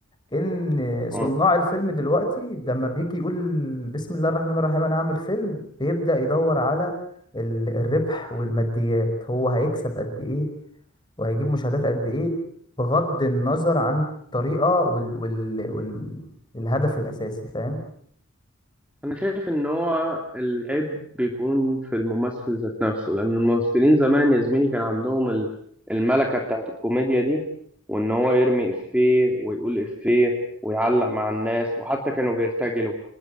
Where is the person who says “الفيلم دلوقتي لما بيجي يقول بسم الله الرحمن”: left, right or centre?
Left